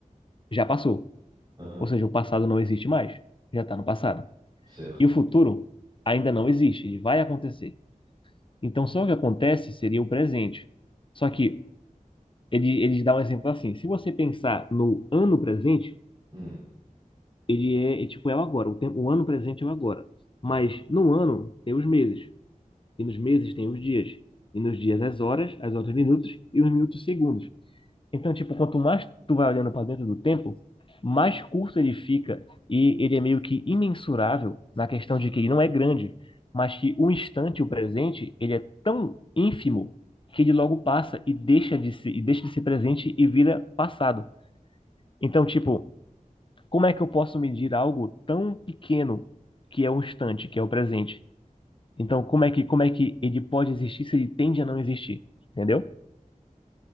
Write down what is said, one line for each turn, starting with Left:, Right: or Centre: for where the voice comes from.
Left: já passou.
Right: Aham,
Left: Ou seja, o passado não existe mais. Já está no passado.
Right: certo.
Left: E o futuro ainda não existe, ele vai acontecer. Então, só o que acontece seria o presente. Só que Ele, ele dá um exemplo assim: se você pensar no ano presente,
Right: Hum.
Left: ele é, é tipo é o agora, o tempo, o ano presente é o agora. Mas no ano tem os meses, e nos meses tem os dias, e nos dias as horas, as horas os minutos e os minutos os segundos. Então, tipo, quanto mais tu vai olhando para dentro do tempo, mais curto ele fica e ele é meio que imensurável na questão de que ele não é grande, mas que o instante, o presente, ele é tão ínfimo que ele logo passa e deixa de se, e deixa de ser presente e vira passado. Então, tipo, como é que eu posso medir algo tão pequeno que é o instante, que é o presente? Então, como é que, como é que ele pode existir se ele tende a não existir? Entendeu?